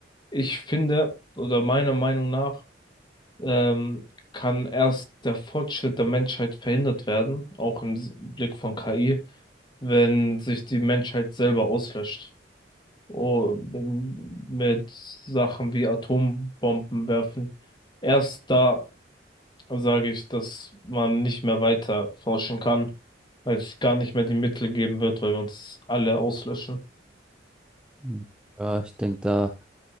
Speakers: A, on the left; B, in the centre.
A: ich finde, oder meiner Meinung nach, ähm, kann erst der Fortschritt der Menschheit verhindert werden, auch im S- Blick von KI, wenn sich die Menschheit selber auslöscht. Oh, m- mit Sachen wie Atombomben werfen. Erst da sage ich, dass man nicht mehr weiter forschen kann, weil es gar nicht mehr die Mittel geben wird, weil wir uns alle auslöschen.
B: Hm. Ja, ich denke, da